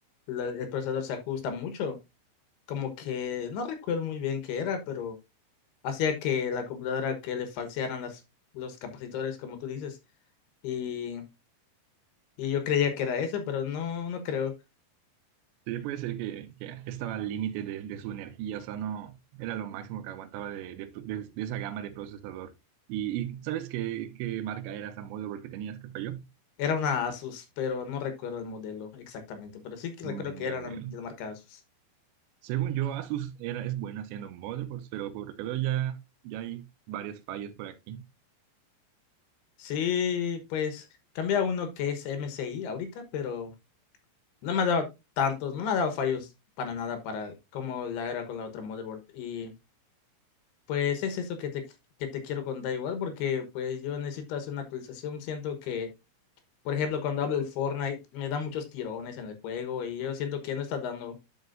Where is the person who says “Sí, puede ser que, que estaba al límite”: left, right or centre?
Right